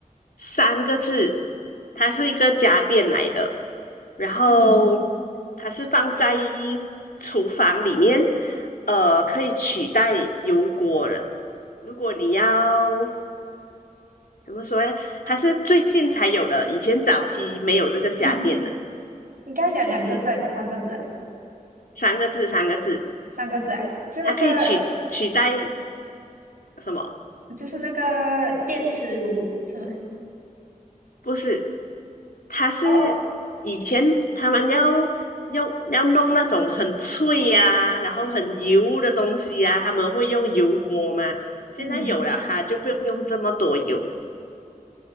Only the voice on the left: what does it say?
三个字，它是一个家电来的，然后
它是放在厨房里面，呃，可以取代油锅的。如果你要怎么说呢？它是最近才有的，以前早期没有这个家电的。
嗯。三个字，三个字，
它可以取取代什么？
不是，它是以前他们要用要弄那种很脆呀、
然后很油的东西呀、他们会用油锅嘛。现在有了哈，
就不用用这么多油。